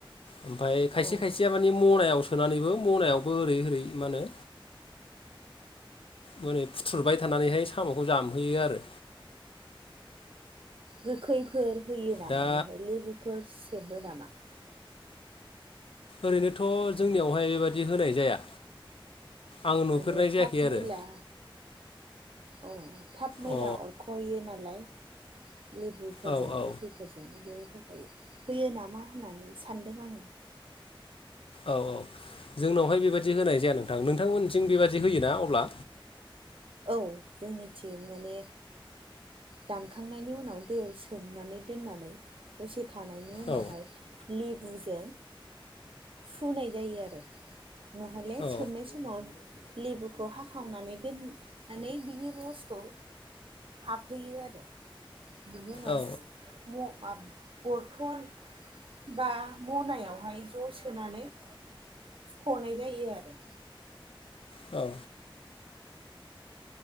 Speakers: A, on the left (about 75°); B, on the right (about 75°).
A: ओमफाय खायसे
B: औ
A: खायसेया मानि मनायाव सोनानैबो मनायावबो ओरै ओरै मा होनो मानै फुथ्रुरबाय थानानैहाय सामखौ जामहैयो आरो।
B: गोखैफोर होयो नामा
A: दा
B: बेहाय लेबुफोर सेबो नामा?
A: ओरैनोथ जोंनियावहाय बेबादि होनाय जाया आं
B: माने
A: नुफेरनाय जायाखै
B: थाब
A: आरो।
B: मैला अ अ थाब मैला
A: अ
B: अरखयो नालाय लेबुफोरजों
A: औ औ
B: गोखैफोरजों बे याखाय होयो नामा होननानै सानदों आङो
A: औ औ जोंनावहाय बेबादि होनाय जाया नोंथां नोंथांमोनखिं बेबादि होयो ना अब्ला
B: औ जोंनिथिं माने दानखांनायनि उनाव दैयाव सोमनानै दोननानै दसे थानायनि उनावहाय
A: औ
B: लिभ गुजों फुनाय जायो आरो नहले
A: औ
B: सोमनाय समाव लेबुखौ हाखावनानै दोन नानै बिनि रसखौ हाबहैयो आरो बिनिउनाव
A: औ
B: सु म आब बरथन बा मनायावहाय ज सोनानै सुखनाय जायो आरो
A: औ